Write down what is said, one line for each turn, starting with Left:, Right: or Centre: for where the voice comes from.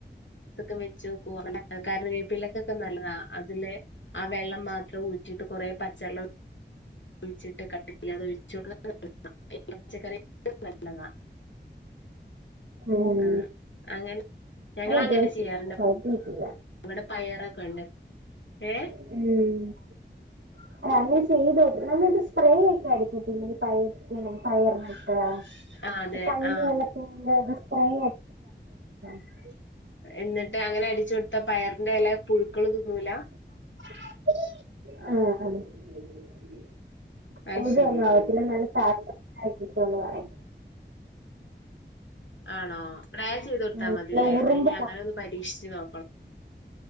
Left: ഇതൊക്കെ വെച്ച് കൂറനെ കറിവേപ്പിലകൊക്കെ നല്ലതാ അതിലേ ആഹ് വെള്ളം മാത്രം ഊറ്റിയിട്ട് കൊറേ പച്ചേള്ളം കുയിച്ചിട്ട് <unintelligible> പച്ചക്കറി ക്ക് നല്ലതാ
Right: ഉം
Left: ആഹ് അങ്ങനെ ഞങ്ങൾ അങ്ങനെ
Right: ഇതുവരെ ശീലമാക്കിയിട്ടില്ല
Left: ചെയ്യാറുണ്ട് അവടെ പയറൊക്കെ ഒണ്ട് യെ
Right: ഉം അങ്ങനെ ചെയ്ത് നോക്ക് നമ്മളി സ്പ്രേയൊക്കെ അടിക്കത്തില്ലേ ഈ പയെ <unintelligible> പയറിന് ആഹ്
Left: ആ അതെ.
Right: കഞ്ഞി
Left: ആ.
Right: എള്ളത്തിൻ്റെ സ്‌പേറാ <unintelligible>
Left: എന്ന്ട്ട് അങ്ങനെ അടിച്ച് കൊട്ത്താ പയർന്റെ എല പുഴുക്കള് തിന്നൂലാ
Right: ആദീ ആഹ് <unintelligible>
Left: അത്
Right: നല്ല
Left: ശരി.
Right: <unintelligible>
Left: ആണോ സ്പ്രേ ചെയ്തൊട്ത്താ
Right: ഉം
Left: മതില്ലേ
Right: നല്ല ഉറുമ്പ്
Left: എന്ന ഇഞ്ഞ്അങ്ങനെ ഒന്ന് പരീക്ഷിച്ച് നോക്ക